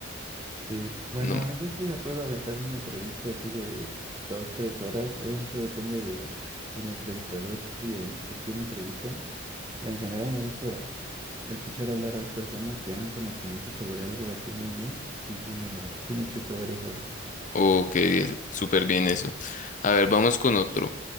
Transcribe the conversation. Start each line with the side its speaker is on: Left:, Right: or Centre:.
Right: Sí, bueno,
Left: no,
Right: a mí yo sí me puedo aventar una entrevista así de dos, tres horas. Obviamente depende de el entrevistador y el a quién entrevistan. Pero en general me gusta escuchar hablar a las personas que tienen un conocimiento sobre algo así muy bien. Sí, sí me lo, sí me chuto varias horas.
Left: o que súper bien eso. A ver, vamos con otro.